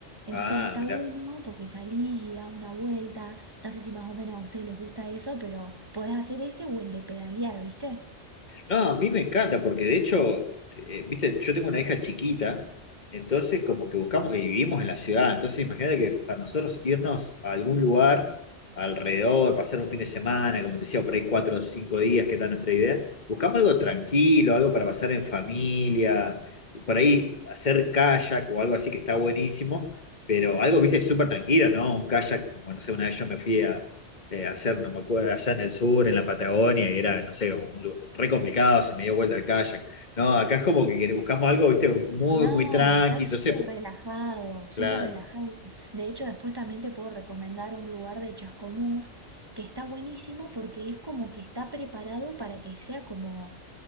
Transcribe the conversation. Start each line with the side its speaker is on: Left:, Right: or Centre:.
Right: Entonces
Left: Ah,
Right: está
Left: mirá.
Right: bueno porque salís y da una vuelta. No sé si más o menos a ustedes les gusta eso, pero podés hacer ese o el de pedalear, ¿viste?
Left: No, a mí me encanta, porque de hecho, eh, viste, yo tengo una hija chiquita, entonces como que buscamos, y vivimos en la ciudad, entonces imagínate que para nosotros irnos a algún lugar alrededor, pasar un fin de semana, como te decía, por ahí cuatro o cinco días, que era nuestra idea, buscamos algo tranquilo, algo para pasar en familia, por ahí hacer kayak o algo así que está buenísimo, pero algo, viste, súper tranquilo, ¿no? Un kayak, bueno, no sé, una vez yo me fui a, eh, hacer, no me acuerdo, allá en el sur, en la Patagonia, y era, no sé, como un lu- re complicado, se me dio vuelta el kayak. No, acá es como que buscamos algo, viste, muy,
Right: No,
Left: muy tranqui,
Right: acá es
Left: entonces,
Right: súper relajado, súper
Left: claro.
Right: relajado. De hecho, después también te puedo recomendar un lugar de Chascomús que está buenísimo porque es como que está preparado para que sea como